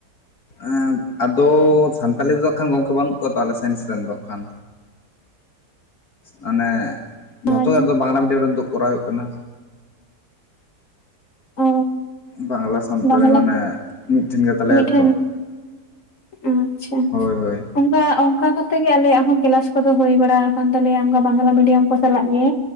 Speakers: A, on the left (about 70°); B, on the left (about 55°).
A: ᱟᱺ... ᱟᱫᱚ ᱥᱟᱱᱛᱟᱲᱤ ᱛᱮ ᱫᱚᱦᱚᱜ ᱠᱷᱟᱱ ᱜᱚᱢᱠᱮ ᱵᱟᱹᱱᱩᱜ ᱠᱚᱣᱟ ᱛᱚ ᱟᱞᱮ ᱥᱟᱭᱮᱱᱥ ᱨᱮᱱ ᱫᱚ ᱠᱷᱟᱱ ᱢᱟᱱᱮ ᱡᱷᱚᱛᱚ
B: ᱟᱪᱪᱷᱟ
A: ᱫᱚ ᱵᱟᱝᱞᱟ ᱢᱤᱰᱤᱭᱟᱢ ᱨᱮᱫᱚ ᱠᱚᱨᱟᱣ ᱦᱩᱭᱩᱜ ᱠᱟᱱᱟ
B: ᱚ
A: ᱵᱟᱝᱞᱟ ᱥᱟᱱᱛᱟᱲᱤ
B: ᱵᱟᱝᱞᱟ
A: ᱢᱟᱱᱮ ᱢᱤᱫᱴᱷᱮᱱ ᱜᱮ ᱛᱟᱞᱮᱭᱟ
B: ᱢᱤᱫᱴᱷᱮᱱ
A: ᱛᱚ
B: ᱟᱪᱪᱷᱟ
A: ᱦᱳᱭ ᱦᱳᱭ
B: ᱚᱝᱠᱟ ᱚᱝᱠᱟ ᱠᱟᱛᱮ ᱜᱮ ᱟᱞᱮᱭᱟᱜ ᱦᱚᱸ ᱠᱮᱞᱟᱥ ᱠᱚᱫᱚ ᱦᱩᱭ ᱵᱟᱲᱟ ᱟᱠᱟᱱ ᱛᱟᱞᱮᱭᱟ ᱚᱝᱠᱟ ᱵᱟᱝᱞᱟ ᱢᱤᱰᱤᱭᱟ. ᱢ ᱠᱚ ᱥᱟᱞᱟᱜ ᱜᱮ